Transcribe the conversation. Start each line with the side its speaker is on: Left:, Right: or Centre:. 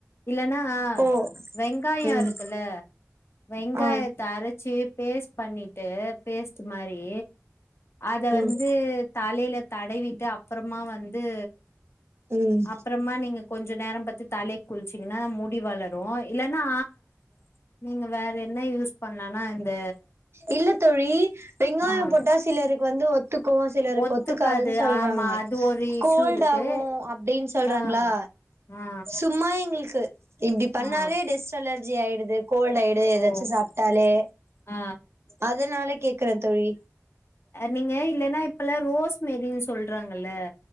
Left: இல்லன்னா
Right: ஓ
Left: வெங்காயம்
Right: ம்
Left: இருக்குல்ல வெங்காயத்த
Right: ஆ
Left: அரைச்சு பேஸ்ட் பண்ணிட்டு பேஸ்ட் மாறி அத
Right: ம்
Left: வந்து தலையில தடவிட்டு அப்புறமா வந்து
Right: ம்
Left: அப்புறமா நீங்க கொஞ்ச நேரம் பாத்து தலைக்கு குளிச்சீங்கன்னா முடி வளரும் இல்லன்னா நீங்க வேற என்ன யூஸ் பண்ணலா இந்த
Right: இல்லத்தோழி வெங்காயம்
Left: ஆ
Right: போட்டா சிலருக்கு வந்து ஒத்துக்கும் சிலருககு
Left: ஒத்துக்காது
Right: ஒத்துக்காதுன்னு சொல்றாங்க
Left: ஆமா அது ஒரு இஷ்யூ
Right: கோல்ட்
Left: இருக்கு
Right: ஆவும் அப்படின்னு சொல்றாங்களா
Left: ஆ ஆ
Right: சும்மா எங்களுக்கு இப்டி பண்ணாலே
Left: ஆ
Right: டெஸ் ட்டு அலர்ஜி ஆயிடுது கோல்டு ஆயிடுது ஏதாச்சு
Left: ஓ
Right: சாப்பிட்டாலே
Left: ஆ
Right: அதனால கேக்குறேன் தோழி
Left: நீங்க இல்லன்னா இப்பெல்லாம் ரோஸ் மேரின்னு சொல்றாங்கல்லே